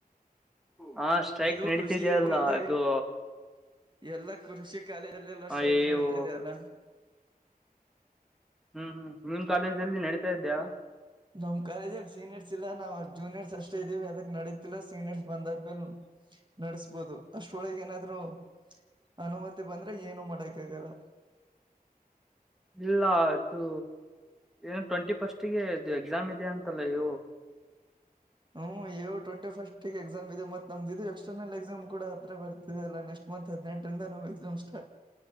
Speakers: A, in the centre; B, on the right.
A: ಹಾ ಸ್ಟ್ರೈಕ್
B: ಇದು
A: ನಡೀತಿದ್ಯ
B: ಕೃಷಿ
A: ಅಲ್ಲ
B: ಮತ್ತೆ
A: ಅದು
B: ಎಲ್ಲಾ ಕೃಷಿ ಕಾಲಲ್ಲೆಲ್ಲಾ
A: ಅಯ್ಯೋ
B: ಸ್ಟ್ರೈಕ್ ನಡೀತಿದೆೆಯ ಅಲ್ಲ
A: ಹ್ಮ್ ಹ್ಮ್ ನಿಮ್ ಕಾಲೇಜ್ ಅಲ್ಲಿ ನಡೀತಾ ಇದ್ದ್ಯಾಾ
B: ನಮ್ ಕಾಲೇಜಲ್ಲಿ ಸೀನಿಯರ್ಸ್ ಇಲ್ಲ ನಾವ್ ಅ ಜೂನಿಯರ್ಸ್ ಅಷ್ಟೇ ಇದ್ದೀವಿ ಅದಕ್ ನಡೀತಿಲ್ಲ ಸೀನಿಯರ್ಸ್ ಬಂದಾದ್ಮೇಲೆ ನಡ್ಸ್ಬೋದು ಅಷ್ಟೊಳಗೆ ಏನಾದ್ರು ಅನುಮತಿ ಬಂದ್ರೆ ಏನು ಮಾಡಕ್ ಆಗಲ್ಲ
A: ಇಲ್ಲ ಇದು ಏನ ಟ್ವೆಂಟಿ ಫಸ್ಟ್ಗೆ ಇದು ಎಕ್ಸಾಮ್ ಇದೆ ಅಂತಲ್ಲ ಇವು
B: ಹ್ಮ್ ಏವು ಟ್ವೆಂಟಿ ಫಸ್ಟ್ಿಗೆ ಎಕ್ಸಾಮ್ ಇದೆ ಮತ್ತ ನಮ್ದಿದು ಎಕ್ಸ್ಟರ್ನಲ್ ಎಕ್ಸಾಮ್ ಕೂಡ ಹತ್ರ ಬರ್ತ ಅಲ್ಲ ನೆಕ್ಸ್ಟ್ ಮತ್ ಹದಿನೆಂಟರಿಂದ ನಾವು ಎಕ್ಸಾಮ್ ಸ್ಟ್